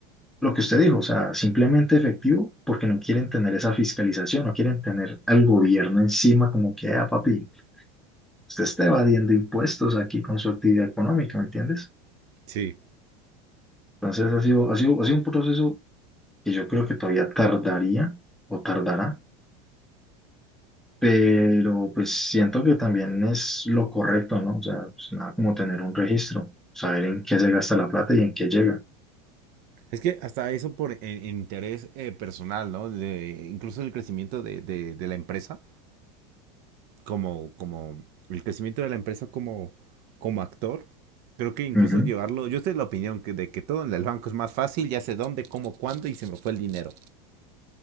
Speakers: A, in the centre; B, on the right.
A: lo que usted dijo, o sea, simplemente efectivo, porque no quieren tener esa fiscalización, no quieren tener al gobierno encima como que, ah, papi, usted está evadiendo impuestos aquí con su actividad económica, ¿me entiendes?
B: Sí.
A: Entonces ha sido, ha sido, ha sido un proceso que yo creo que todavía tardaría o tardará, pero pues siento que también es lo correcto, ¿no? O sea, pues, nada como tener un registro, saber en qué se gasta la plata y en qué llega.
B: Es que hasta eso por en- interés eh, personal, ¿no? De, incluso el crecimiento de, de- de la empresa, como, como el crecimiento de la empresa como, como actor, creo que incluso
A: Ujú.
B: llevarlo, yo estoy de la opinión que, de que todo en el banco es más fácil, ya sé dónde, cómo, cuándo y se me fue el dinero.